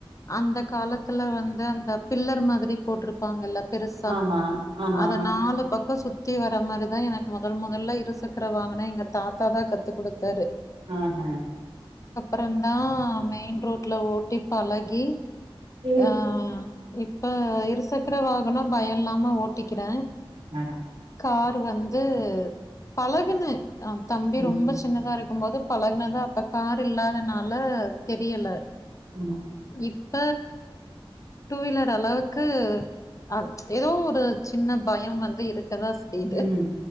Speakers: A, on the left; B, on the right.
A: அந்த காலத்துல வந்து அந்த பில்லர் மாதிரி போட்டிருப்பாங்கல்ல பெருசா
B: ஆமா ஆமா
A: அத நாலு பக்கொ சுத் த்தி வர மாரிதா எனக் மொதல் மொதல்ல இருசக்கர வாங்குன எங்க தாத்தாதா கத்து கொடுத்தாரு
B: ஆஹ
A: அப்றன்தா மெய்ன் ரோட்ல ஓட்டி பழகி
B: ஏய்
A: ஆ இப்ப இருசக்கர வாகனம் பய இல்லாம ஓட்டிக்கிறே
B: ஆனா
A: கார் வந்து பழகுன அ தம்பி
B: ம்
A: ரொம்பஷ் தின்னதா இருக்கும் போது பழகுனாதா அப்ப கார் இல்லாதனால தெரியல
B: ஊமா
A: இப்ப டூவீலர் அளவ்க்கு அது ஏதோ ஒரு சின்ன பயம் வந்து இருக்கதா செய்து
B: ம்